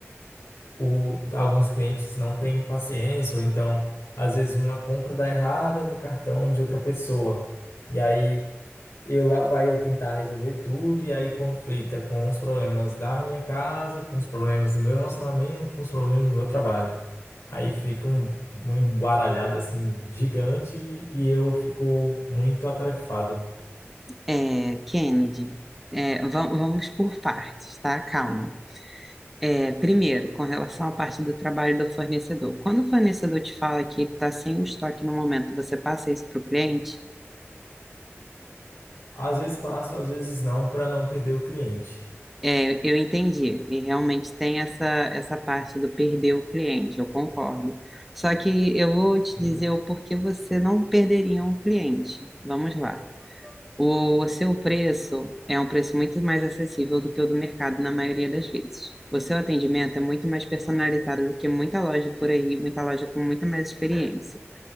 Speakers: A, on the left; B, in the centre.
A: o- alguns clientes não têm paciência, ou então, às vezes, uma compra dá errada no cartão de outra pessoa. E aí, eu lá vai eu tentar resolver tudo, e aí conflita com os problemas da minha casa, com os problemas do meu relacionamento, com os problemas do meu trabalho. Aí fica um, um embaralhado assim gigante e eu fico muito atarefado.
B: é, Kennedy, é, va- vamos por partes, tá? Calma. É, primeiro, com relação à parte do trabalho do fornecedor. Quando o fornecedor te fala que ele está sem o estoque no momento, você passa isso para o cliente?
A: Às vezes passo, às vezes não, para não perder o cliente.
B: É, eu entendi, e realmente tem essa, essa parte do perder o cliente, eu concordo. Só que eu vou te dizer o porquê você não perderia um cliente. Vamos lá. O seu preço é um preço muito mais acessível do que o do mercado na maioria das vezes. O seu atendimento é muito mais personalizado do que muita loja por aí, muita loja com muita mais experiência.